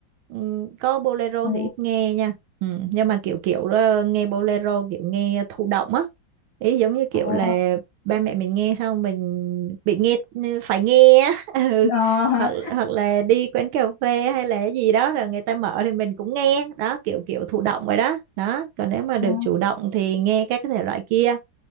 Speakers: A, on the right; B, on the left.
A: Ừm, có bolero
B: ờ,
A: thì ít nghe nha Ừm, nhưng mà kiểu kiểu ờ, nghe bolero kiểu nghe thụ động á ý giống như kiểu
B: ờ,
A: là ba mẹ mình nghe xong mình bị nghe phải nghe á <laughs> ừ.
B: ờ, hả?
A: hoặc hoặc là đi quán cà phê hay là gì đó rồi người ta mở thì mình cũng nghe đó kiểu kiểu thụ động rồi đó đó còn nếu mà được
B: ờ,
A: chủ động thì nghe các cái thể loại kia